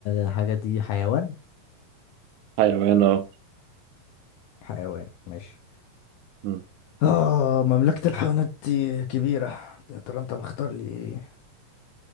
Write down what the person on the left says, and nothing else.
الحاجة دي حيوان
حيوان ماشي
اه مملكة الحيوانات دي كبيرة يا ترى انت مختار لي ايه